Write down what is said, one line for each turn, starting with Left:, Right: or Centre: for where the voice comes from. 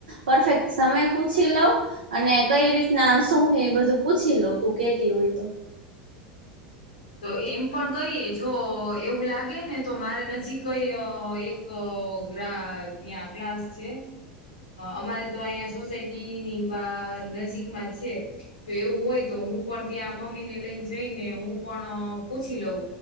Right: પરફેક્ટ સમય પૂછી લઉ અને કઈ રીતના શું હ એ બધું પૂછી લઉ તું કેતી હોય તો
Left: તો એમ પણ કરીએ જો એવું લાગે ને તો મારે નજીક એક ગરબાના ક્લાસ છે અમારે તો અહીંયા સોસાયટી ની બ નજીકમાં છે જો એવું હોય તો હું પણ ત્યાં મમ્મીને લઈને જઈને હું પણ પૂછી લઉં